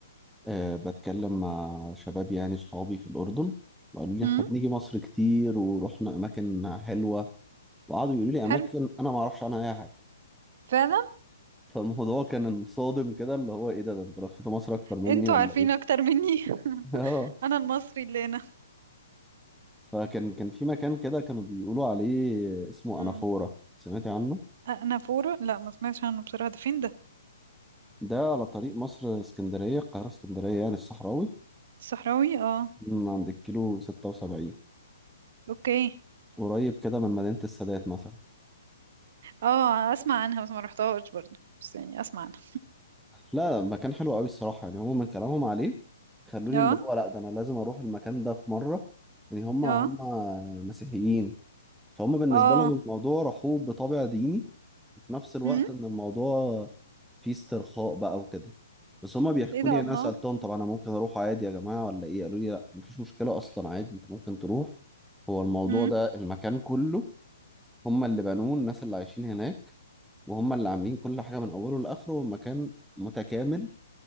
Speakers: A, in the centre; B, on the right.
A: آه، بتكلم مع شباب يعني صحابي في الاردن وقالوا لي
B: مم.
A: احنا بنيجي مصر كتير ورحنا اماكن حلوه وقعدوا يقولوا لي اماكن
B: حلو
A: انا ما اعرفش عنها اي حاجه <laughs>
B: فعلا
A: فالموضوع كان صادم كده اللي هو ايه ده ده انت لفيت مصر اكتر مني
B: انتوا
A: ولا
B: عارفين
A: ايه
B: أكتر مني <laughs>
A: <laughs> اه
B: أنا المصري اللي هنا
A: فكان كان في مكان كده كانوا بيقولوا عليه اسمه
B: مم.
A: انافورا سمعتي عنه
B: أنا فورو لا ما سمعتش عنه بصراحة ده فين ده
A: ده على طريق مصر اسكندرية القاهرة اسكندرية يعني الصحراوي
B: الصحراوي اه
A: من عند الكيلو 76
B: اوكي
A: قريب كده من مدينة السادات مثلا
B: اه أسمع عنها بس ما رحتهاش برضه بس يعني أسمع عنها
A: لا مكان حلو قوي الصراحة يعني هما من كلامهم عليه خلوني
B: اه
A: اللي هو لا ده أنا لازم أروح المكان ده في مرة يعني هما
B: اه
A: هما مسيحيين فهم بالنسبة
B: اه
A: لهم الموضوع رحوب بطابع ديني وفي نفس الوقت
B: مم.
A: ان الموضوع فيه استرخاء بقى وكده بس هما بيحكوا
B: ايه ده
A: لي انا
B: الله
A: سالتهم طب انا ممكن اروح عادي يا جماعه ولا ايه قالوا لي لا مفيش مشكله اصلا عادي انت ممكن تروح هو الموضوع
B: مم.
A: ده المكان كله هما اللي بنوه الناس اللي عايشين هناك وهما اللي عاملين كل حاجه من اوله لاخره والمكان متكامل